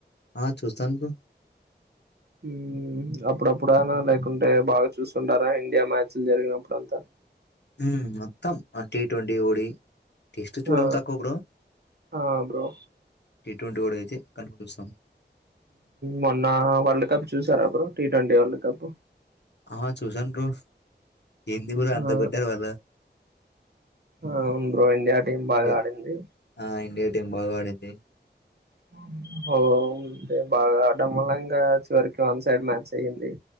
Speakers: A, on the left (about 70°); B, on the right (about 65°).
A: ఆ చూస్తాను బ్రో
B: ఉమ్ అప్పుడప్పుడనా లేకుంటే బాగా చూసుండారా ఇండియా మ్యాచ్లు జరిగినప్పుడు అంతా
A: మ్ మొత్తం ఆ టీ ట్వంటీ ఓడి టెస్ట్ చూడం
B: ఆ
A: తక్కువ బ్రో
B: ఆ బ్రో
A: టీ ట్వంటీ వాడైతే కనుకొస్తం
B: మొన్న వరల్డ్ కప్ చూసారా bro T twenty world cup
A: ఆ చూసాను బ్రో ఏంది బ్రో అంత
B: ఆ
A: కొట్టారు వాళ్ళు
B: అవును బ్రో ఇండియా టీం బాగా
A: లే-
B: ఆడింది
A: ఆ ఇండియా టీం బాగాడింది
B: వామ్ ఓ హో బాగాడ్డంమూలంగా చివరికి వన్ సైడ్ మ్యాచ్ అయ్యింది